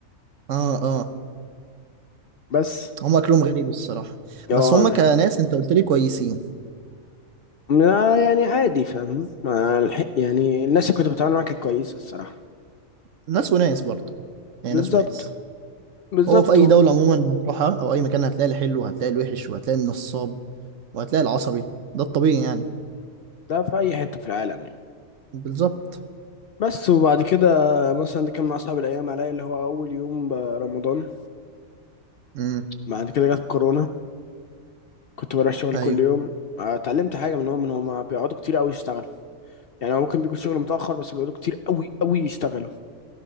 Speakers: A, on the right; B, on the left.
A: اه اه
B: بس
A: هم اكلهم غريب الصراحه
B: اه
A: بس هم كناس انت قلت لي كويسين
B: ما- يعني عادي فاهم ما الح- يعني الناس اللي كنت بتعامل معاها كانت كويسة الصراحة
A: ناس وناس برضه يعني
B: بالظبط
A: ناس وناس
B: بالظبط
A: هو في اي دوله عموما هتروحها او اي مكان هتلاقي الحلو وهتلاقي الوحش وهتلاقي النصاب وهتلاقي العصبي ده الطبيعي يعني
B: ده في أي حتة في العالم يعني
A: بالظبط
B: بس وبعد كده مثلا ده كان من أصعب الأيام عليا اللي هو أول يوم برمضان
A: امم
B: بعد كده جت كورونا كنت بروح الشغل
A: ايوه
B: كل يوم آه، اتعلمت حاجة منهم إن هما بيقعدوا كتير قوي يشتغلوا يعني هو ممكن بيجوا الشغل متأخر بس بيقعدوا كتير قوي قوي يشتغلوا